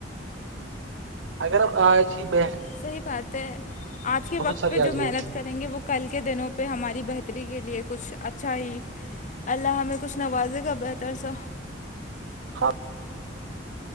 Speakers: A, on the right (about 80°); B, on the left (about 40°).
A: اگر ہم آج ہی ب
B: صحیح بات ہے آج کے وقت
A: ساری
B: پہ
A: آ
B: جو محنت
A: جائیں گی
B: کریں گے وہ کل کے دنوں پہ ہماری بہتری کے لیے کچھ اچھا ہی اللہ ہمیں کچھ نوازے گا بہتر سا
A: ہاں